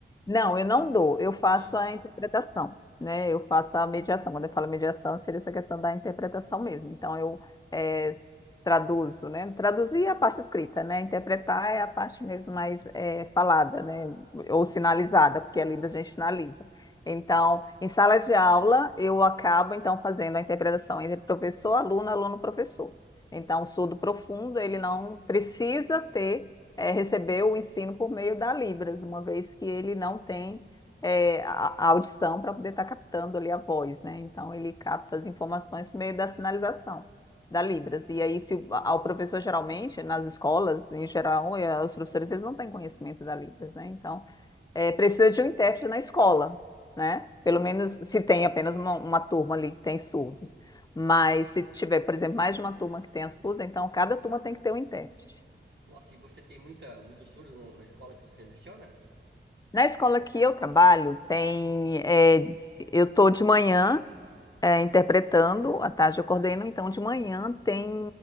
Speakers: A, on the left (about 20°); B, on the right (about 60°).
A: Não, eu não dou, eu faço
B: Ah,
A: a interpretação, né? Eu faço a mediação. Quando eu falo mediação, seria essa questão da interpretação mesmo. Então, eu eh, traduzo, né? Traduzir é a parte escrita, né? Interpretar é a parte mesmo mais eh, falada, né? Ou sinalizada, porque a língua a gente sinaliza. Então, em sala de aula, eu acabo, então, fazendo a interpretação entre professor, aluno, aluno, professor. Então, o surdo profundo, ele não precisa ter é, recebeu o ensino por meio da Libras, uma vez que ele não tem é, a, a audição para poder estar tá captando ali a voz, né? Então ele capta as informações por meio da sinalização da Libras. E aí, se o- ao professor geralmente, nas escolas, em geral, eh, os professores eles não têm conhecimento da Libras, né? Então, eh, precisa de um intérprete na escola, né? Pelo menos se tem apenas uma, uma turma ali que tem surdos. Mas se tiver, por exemplo, mais de uma turma que tenha surdos, então cada turma tem que ter um intérprete.
B: nossa, e você tem muita, muitos surdos na, na escola que você leciona?
A: Na escola que eu trabalho, tem, é, eu estou de manhã, é, interpretando, à tarde eu coordeno, então de manhã tem